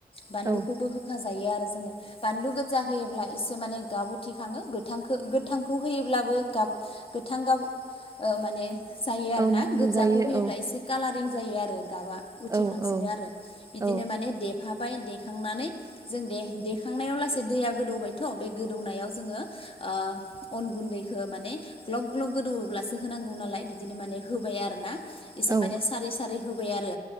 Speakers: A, on the left; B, on the right.
A: बानलुखौबो
B: औ
A: <unintelligible> जायो आरो जोङो बानलु गो जा होयोब्ला एसे माने गाब उथिखाङो गोथांखो गोथांखौ होयोब्लाबो गाब गोथां गाब ओ माने जायो आरोना
B: औ
A: गोदजाखौ
B: नुजायो
A: होयोब्ला
B: औ
A: एसे कालारिं जायो आरो गाबा उथिखांसिनो
B: औ औ
A: आरो बिदिनो
B: औ
A: माने दे खाबाय देखांनानै जों दे देखांनायाव लासे दैया गोदौबायथ' बे गोदौनायाव जोङो आ अन गुन्दैखो माने ग्लब ग्लब गोदौ दौब्लासो होनांगौ नालाय बिदिनो माने होबाय आरो ना इसे
B: औ
A: माने सारै सारै होबाय आरो